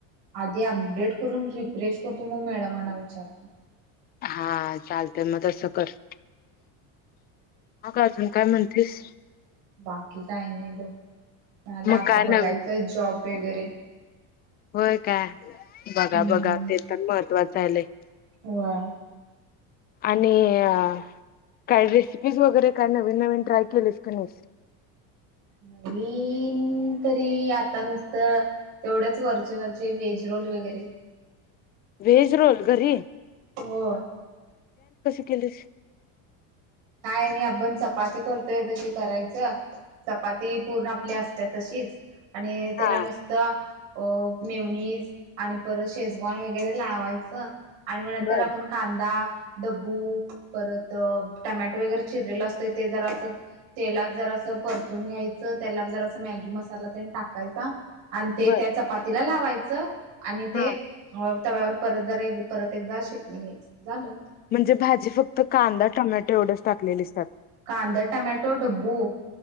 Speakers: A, on the right; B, on the left.
A: आधी अपडेट करून रिप्रेश करतो मग मॅडमांना विचारतो.
B: हा चालतय मग तस कर अजून काय म्हणतीस
A: बाकी काय नाही बघ,,, मला
B: मग
A: आता
B: काय नवीन
A: बघायचंच जॉब वगैरे.
B: होय काय. बघा
A: हम्म
B: बघा ते तर महत्वाच हाय लय.
A: होय
B: आणिऽऽऽ काही रेसिपीज वगैरे काय नवीन नवीन ट्राय केलीस का नाहीस.
A: नवीन, तरी आता नुसतं तेवढचं,, वरचे वरचे वेज रोल वगैरे.
B: व्हेज रोल घरी-
A: हो
B: <unintelligible>
A: काय नाही आपण चपाती करतोय तशी करायचं चपाती पूर्ण आपली असतात तशी - आणि त्याला
B: हा
A: नुसत - अ मेवनीज आणि परत शेजवान वगैरे लावायचं. आणि मग नंतर
B: बर
A: आपण कांदा डब्बू परत. टमॅटो वगैरे चिरलेल असतं ते जरा असं! तेलात जर असं परतून घ्यायचं त्याला जर अस मॅगी मसाला त्या टाकायचा. आणि ते
B: बर
A: त्या चपातीला लावायचं आणि ते
B: हा
A: - तव्यावर परत जरा एक परत एकदा शिजवून घ्यायचं झालं.
B: म्हणजे भाजी फक्त कांदा टमॅटो - तेवढच टाकलीस त्यात
A: कांदा टमॅटो डब्बू